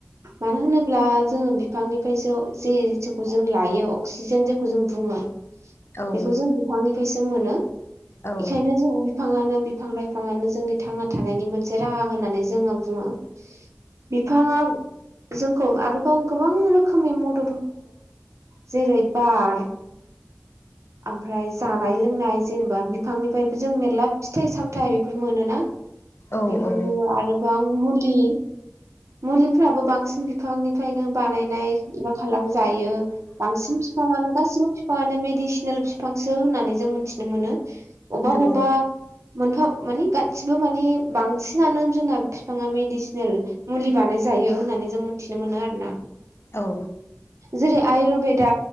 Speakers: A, on the right; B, on the left.
A: मानो होनोब्ला जोङो बिफांनिफ्रायसो जे जेखौ जों लायो अक्सिजेन जेखौ जों बुङो
B: औ
A: बेखौ जों बिफांनिफ्राय मोनो
B: औ
A: बेखायनो जों बिफांनो बिफां लाइफाङानो जोंनि थांना थानायनि मोनसे राहा होननानै जोङो बुङो बिफाङा जोंखौ आरोबाव गोबां रोखोमै मदद जेरै बार ओमफ्राय जानाय लोंनाय जेनेबा बिफांनिफ्रायबो जों मेरला फिथाइ सामथाय बेफोर मोनोना
B: औ
A: बेफोरनो
B: औ
A: आरोबां मुलि मुलिफ्राबो बांसिन बिफां फ्रायनो बानायनाया जायो बांसिन बिफाङानो गासिबो बिफाङानो मेडिसिनेल बिफांसो होननानै जों मिथिनो मोनो अबेबा
B: नंगौ
A: बबेबा मोनफा माने गासिबो माने बांसिनानो जोंना बिफाङा मेडिसिनेल मुलि बानाय जायो होननानै जों मिथिनो मोनो आरो ना
B: औ
A: जेरै आयुरवेदा